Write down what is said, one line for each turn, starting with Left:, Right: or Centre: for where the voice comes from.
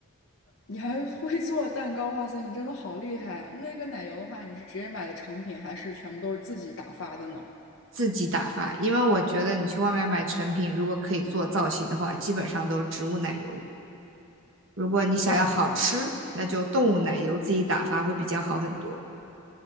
Left: 你还会做蛋糕，哇塞，你真的好厉害啊！那个奶油的话，你是直接买的成品，还是全部都是自己打发的呢？
Right: 自己打发，因为我觉得你去外面买成品，如果可以做造型的话，基本上都是植物奶油。如果你想要好吃，
Left: 哇。
Right: 那就动物奶油自己打发会比较好很多。